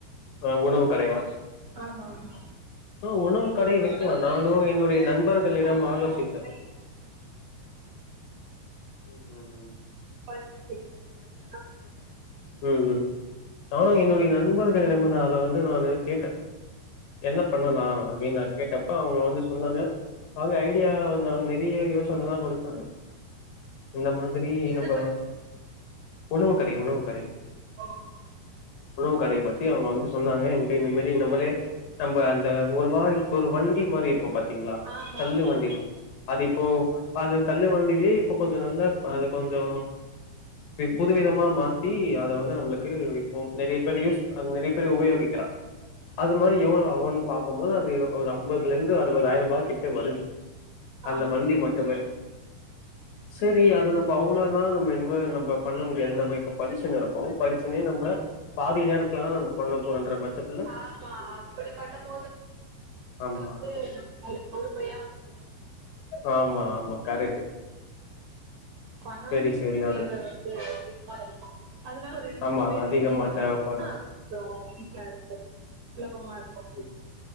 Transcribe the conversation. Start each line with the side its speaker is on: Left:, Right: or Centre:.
Left: ஆ உணவு கடையா
Right: ஆமா ஆமா
Left: ஆ உணவு கடைய விக்கலா
Right: உணவுக்கடை
Left: நானு
Right: சொன்னீங்க
Left: என்னுடைய நண்பர்களிட
Right: அப்புறோ
Left: ஆலோசித்த
Right: கை சட்டை கை சட்டை
Left: ம் ம் ம் ம்
Right: பதிவு செய் <inaudible>
Left: ம் ம் நானு என்னுடைய நண்பர்களிட நா அத வந்து நானு கேட்டே என்ன பண்ணலா அப்டின்னா கேட்டப்ப அவுங்க வந்து சொன்னாங்க அவுங்க ஐடியா வந்து அவுங்க நிறைய யோசனல்லா குடுத்தாங்க. இந்த மாதிரி
Right: எத
Left: நம்ப
Right: பத்தி பேசுனீங்க
Left: உணவு கடை உணவு கடை
Right: <unintelligible>
Left: உணவு கடையை பத்தி அவுங்க வந்து சொன்னாங்க என்ட இந்தமாரி நம்மளே நம்ம அந்த ஒரு மாரி ஒரு வண்டி மாரி இருக்கு பாத்தீங்களா
Right: ஆமா
Left: தள்ளு
Right: ஆமா
Left: வண்டி
Right: ஆமா
Left: அது இப்போ அது தள்ளு வண்டிலயே இப்போ கொஞ்ச நல்லா அது கொஞ்சோ இப்ப புது விதமா மாத்தி அத வந்து நம்மளுக் கே இப்போ நெறைய பேரு யூஸ் அ நெறைய பேர் உபயோகிக்கிறாங்க. அது மாரி எவ்ளோ அவுன்னு பாக்கு போது அது ஒரு அம்பதுல இருந்து அறுபதாயிர் ரூபாய கிட்ட வருது அந்த
Right: ஆமா
Left: வண்டி
Right: ஆமா
Left: மட்டுமே சேரி அது நம்ப அவ்ளோ நாளா நம்ப <unintelligible> நம்ம பண்ண முடியாது நம்ம இப்ப படிச்சுட்டு இருக்கு படிச்சனே நம்ப பாதி நேரத்துல தா நம்ப பண்ண போறேன்ற பட்சத்
Right: ஆமா அப்டி பண்ண மோது
Left: ஆமா
Right: வந்து முழு முழுமையா வந்து
Left: ஆமா ஆமா கரெக்ட்
Right: பணோ
Left: சரி
Right: இல்
Left: சரியானது
Right: தேவை வந்து அதிகமா இருக்கு அதுனால ஒரு ரெண்டு
Left: ஆமா
Right: மூணு பேர்
Left: அதிகமா
Right: நீங்க சேந்து
Left: தேவப்படு
Right: பண்ணீங்கன்னா கொஞ்சோ ஈஸியா இருக்கு சுலபமா இருக்கு
Left: ம்